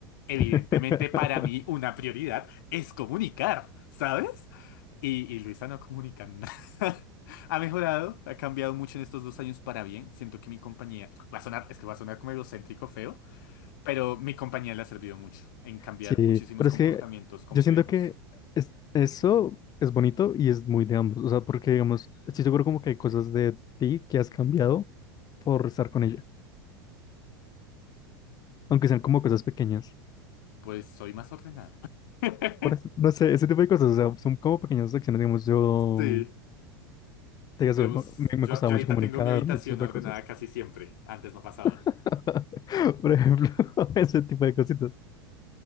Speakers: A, on the left; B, on the left.
A: Evidentemente,
B: <laughs>
A: para mí, una prioridad es comunicar, ¿sabes? Y, y Luisa no comunica nada. <laughs> Ha mejorado, ha cambiado mucho en estos dos años para bien. Siento que mi compañía va a sonar, es que va a sonar como egocéntrico feo, pero mi compañía le ha servido mucho en cambiar
B: Sí,
A: muchísimos
B: pero
A: comportamientos
B: es que
A: complejos.
B: yo siento que es- eso es bonito y es muy de ambos, o sea, porque digamos, estoy seguro como que hay cosas de ti que has cambiado por estar con ella, aunque sean como cosas pequeñas.
A: Pues soy más ordenado. <laughs>
B: Por eso, no sé, ese tipo de cosas, o sea, son como pequeñas acciones, digamos, yo,
A: Sí.
B: mm, te digo, eso,
A: Digamos,
B: me,
A: yo,
B: me costaba
A: yo
B: mucho
A: ahorita
B: comunicarme,
A: tengo mi habitación
B: ese tipo
A: ordenada
B: de cosas.
A: casi siempre. Antes no pasaba.
B: <laughs> Por ejemplo, <laughs> ese tipo de cositas.